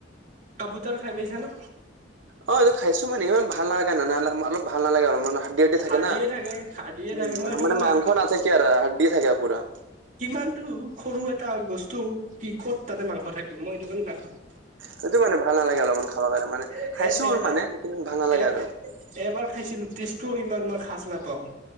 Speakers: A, on the right; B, on the right.
A: কাবুতৰ খাই পাইছা ন।
B: অ এইটো খাইছো মানে ইমান ভাল নালাগে নানা অলপ ভাল নালাগে আৰু মানে হাড়দি, থাকে
A: হাৰ্ডিয়ে
B: না
A: থাকে হাৰ্ডিয়ে
B: উ
A: থাকে মই সেইটো
B: মানে
A: কাৰণে
B: মাংস
A: নাখাওঁ
B: নাথাকে আৰু হাড় দি থাকে পুৰা।
A: কিমানটো সৰু এটা বস্তু কি ক'ত তাতে মাংস থাকিব মই এইটো কাৰণে নাখাও।
B: সেইটো মানে ভাল নালাগে অলপমান খাব কাৰণে মানে
A: এ
B: খাইছো
A: এ এ
B: মানে ভাল নালাগে
A: এ
B: আৰু।
A: এ এবাৰ খাইছিলো টেষ্টটোও ইমান মই সাচ নাপাওঁ।